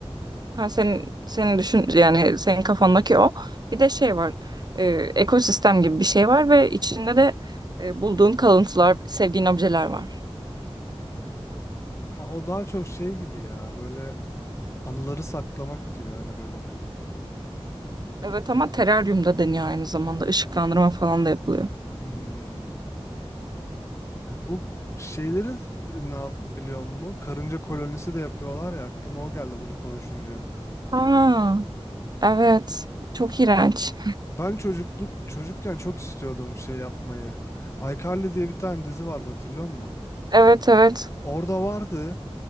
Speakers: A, on the right (about 40°); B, on the left (about 30°).
A: Ha senin senin düşün yani senin kafandaki o. Bir de şey var. e, ekosistem gibi bir şey var ve içinde de e, bulduğun kalıntılar, sevdiğin objeler var.
B: Ha o daha çok şey gibi ya böyle anıları saklamak gibi hani böyle.
A: Evet ama teraryumda deniyor aynı zamanda ışıklandırma falan da yapılıyor.
B: Hmm. Bu şeyleri ne yap- biliyor musun? Karınca kolonisi de yapıyorlar ya aklıma o geldi bunu konuşunca.
A: Aa, evet. Çok iğrenç.
B: Ben çocukluk çocukken çok istiyordum şey yapmayı. iCarly diye bir tane dizi vardı hatırlıyor musun?
A: Evet evet.
B: Orada vardı.